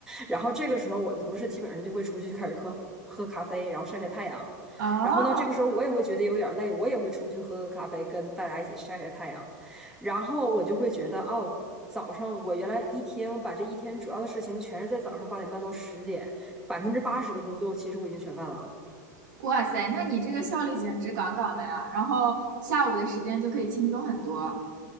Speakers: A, in the centre; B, on the right (about 80°).
A: 然后这个时候，我的同事基本上就会出去开始喝喝咖啡，然后晒晒太阳。
B: 哦，
A: 然后呢，这个时候我也会觉得有点累，我也会出去喝喝咖啡，跟大家一起晒晒太阳。然后我就会觉得，哦。早上我原来一天，我把这一天主要的事情全是在早上八点半到十点，百分之八十的工作其实我已经全干完了。
B: 哇塞，那你这个效率简直杠杠的呀！然后下午的时间就可以轻松很多。